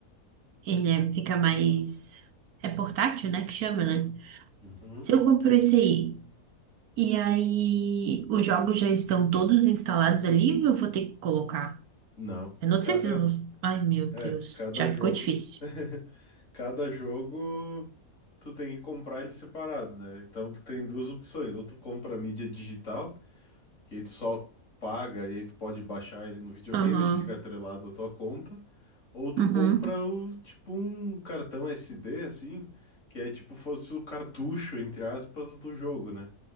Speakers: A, on the right; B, on the left.
A: ele é- fica mais. É portátil, né? Que chama, né?
B: Uhum.
A: Se eu compro esse aí, e aí os jogos já estão todos instalados ali, ou eu vou ter que colocar?
B: Não,
A: Eu não
B: cada
A: sei se eu vou. Ai, meu
B: é,
A: Deus,
B: cada
A: já
B: jogo,
A: ficou difícil.
B: <laughs> cada jogo tu tem que comprar ele separado, né? Então tu tem duas opções, ou tu compra a mídia digital Que aí tu só paga e aí tu pode baixar ele no videogame,
A: Aham,
B: ele fica atrelado à tua conta. Ou tu
A: uhum.
B: compra o, tipo um cartão SD, assim, que é tipo fosse o cartucho, entre aspas, do jogo, né?